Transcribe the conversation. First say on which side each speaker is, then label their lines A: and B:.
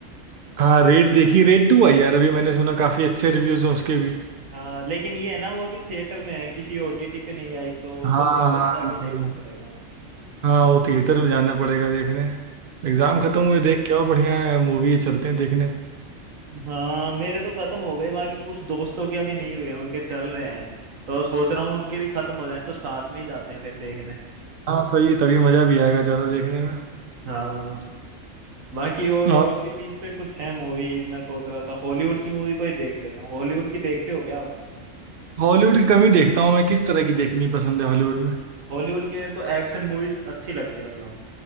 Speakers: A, on the right (about 55°); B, on the right (about 80°).
A: हाँ रेड देखी रेड टू आई यार अभी मैंने सुना काफी अच्छे रिव्यूज हैं उसके भी
B: हाँ लेकिन ये है ना वो अभी थिएटर में है किसी ओटीटी पे नहीं आई तो उसको
A: हाँ
B: थिएटर
A: हाँ
B: में जाके देखना
A: वही
B: पड़ेगा
A: हाँ वो थिएटर में जाना पड़ेगा देखने एग्जाम खत्म हुए देख के आओ बढ़िया है मूवी है, चलते हैं देखने
B: हाँ मेरे तो खत्म हो गए बाकी कुछ दोस्तों के अभी नहीं हुए उनके चल रहे हैं तो सोच रहा हूँ उनके भी खत्म हो जाए तो साथ में ही जाते हैं फिर देखने
A: हाँ सही है तभी मजा भी आएगा ज्यादा देखने में
B: हाँ बाकी और
A: और
B: ओटीटीज पे कुछ है मूवी मैं सोच रहा था हॉलीवुड की मूवी कोई देख लेता हूँ हॉलीवुड की देखते हो क्या आप
A: हॉलीवुड की कमी देखता हूँ मैं किस तरह की देखनी पसंद है हॉलीवुड में
B: हॉलीवुड की मेरे को एक्शन मूवीज अच्छी लगती है मतलब